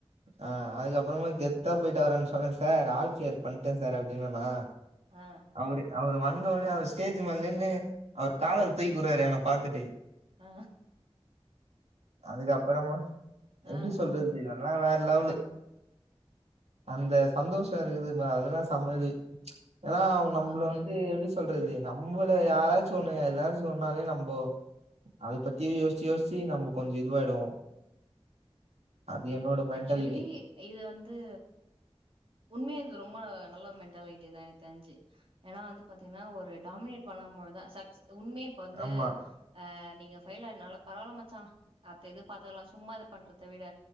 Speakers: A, on the right; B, on the right.
A: அ அதுக்கப்புறமா கெத்தா போயிட்டு அவரான்ட சொன்ன சார் ஆல் க்ளியர் பண்ட்ட சார் அப்டின்னனா
B: அ
A: அவுரு அவுரு வந்தோனே அவுரு ஸ்டேஜ் மேல் நின்னு அவர் காலர் தூக்கி உட்றாரு என்ன பாத்துட்டு
B: ஆ
A: அதுக்கப்பறமா எப்டி
B: ஆ
A: சொல்றது எல்லா வேற் லெவ்லு அந்த சந்தோஷ இருக்குதும அதுதா செம்ம இது ஏனா
B: ஆமா
A: நம்புள வந்து எப்டி சொல்றது நம்பல யாராச்சு ஒன்னு எதாவ்து சொன்னாலே நம்போ அத பத்தியே யோஸ்ச்சு யோஸ்ச்சி நம்பு கொஞ்ச இதுவாய்டுவோ அது என்னோட மென்டாலிட்டி
B: ஆக்சுவலி இது வந்து உண்மையா இது ரொம்ப நல்ல நல்லா மென்டாலாயிட்டேதா எனக்கு தெர்ஞ்சு ஏனா வந்து பாத்தீங்ன்னா ஒரு டாமினேட் பண்ணமொழுதா சக்ஸ் உண்மே இப்ப வந்து
A: ஆமா
B: அ நீங்க ஃபைல் ஆயிட்னால பரவல்லா மச்சா அத்த இது பாத்துக்லா சும்மா இது பண்றத்த விட